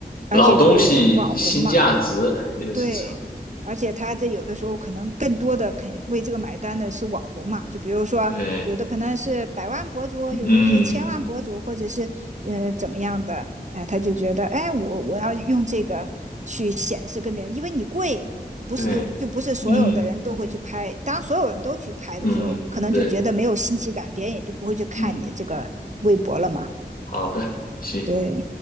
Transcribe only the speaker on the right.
而且就是网红嘛，
对，而且他这有的时候可能更多的肯为这个买单的是网红嘛，就比如说有的可能是百万博主，
有的是千万博主，或者是呃怎么样的，哎，他就觉得哎我我要用这个去显示跟别人，因为你贵，不是就就不是所有的人都会去拍，
当所有人都去拍的时候，
可能就觉得没有新奇感，
别人也就不会去看你这个微博了嘛。
对，